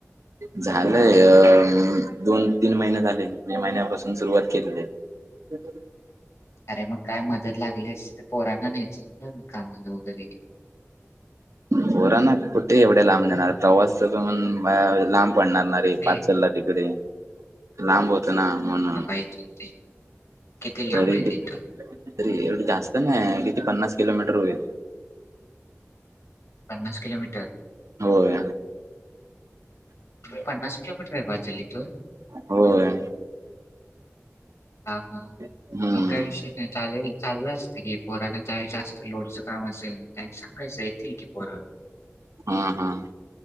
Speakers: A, on the right; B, on the left.
A: झालंय. अ- दोन तीन महिने झाले. मे महिन्यापासून सुरुवात केेलेली ए. ह
B: अरे मग काय मदत लागली असेल पोराना न्यायचं ना कामाला वगैरे.
A: पोरांना कुठे एवढे लांब नेणार? प्रवास अजून लांब- पडणार
B: कुठे
A: रे पाचलला तिकडे लांब होत ना म्हणून.
B: <unintelligible> किती लांब
A: तरी
B: आहे
A: कि.
B: ते
A: तरी
B: इथून?
A: एवढी जास्त नाही किती पन्नास किलोमीटर होईल.
B: पन्नास किलोमीटर?
A: होय.
B: पन्नास किलोमीटर आहे पाचल इथून?
A: होय.
B: हां. हां.
A: हम्म
B: मग काही विषय नाही. चालेल. चालल अस - पोरांना ज्यावेळी जास्त लोडचं काम असेल, त्यावेळी सांगायचं. येतील की पोर.
A: हां. हां.